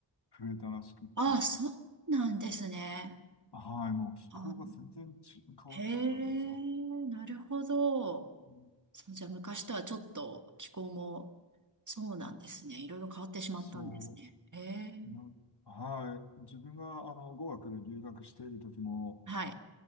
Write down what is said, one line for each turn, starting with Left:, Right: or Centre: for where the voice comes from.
Left: 増えたらしくって、
Right: あ、そうなんですね。
Left: はい、もう気候が全然ち変わっちゃったんですよ。
Right: あ、へえ、なるほど。
Left: うん
Right: そう、じゃあ昔とはちょっと気候も、そうなんですね。いろいろ変わってしまったんですね。
Left: そ
Right: へえ。
Left: う、な、はい。自分があの語学で留学している時も、
Right: はい。